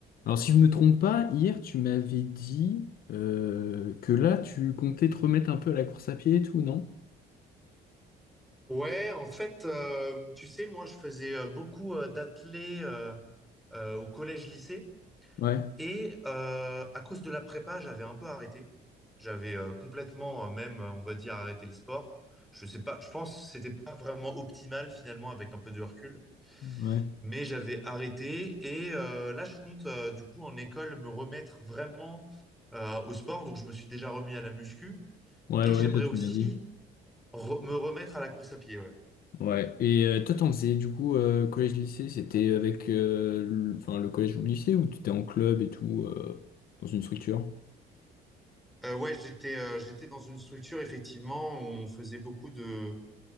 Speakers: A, on the left (about 60°); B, in the centre.
A: Alors, si je me trompe pas, hier, tu m'avais dit euh, que là, tu comptais te remettre un peu à la course à pied et tout, non?
B: Ouais, en fait, euh, tu sais, moi, je faisais euh, beaucoup euh, d'athlé euh, euh, au collège-lycée
A: Ouais,
B: et euh, à cause de la prépa, j'avais un peu arrêté. J'avais euh, complètement, euh, même, euh, on va dire, arrêté le sport. Je sais pas, je pense que c'était pas vraiment optimal finalement avec un peu de recul,
A: ouais.
B: mais j'avais arrêté et euh, là, je compte euh, du coup en école me remettre vraiment euh, au sport. Donc, je me suis déjà remis à la muscu
A: Ouais,
B: et
A: ouais,
B: j'aimerais
A: ça, tu
B: aussi
A: m'as dit.
B: re- me remettre à la course à pied. ouais.
A: Ouais. Et euh, toi, t'en faisais, du coup, euh, collège-lycée, c'était avec euh, le, enfin, le collège ou le lycée ou tu étais en club et tout, euh, dans une structure?
B: Euh, ouais, j'étais euh, j'étais dans une structure, effectivement, où on faisait beaucoup de,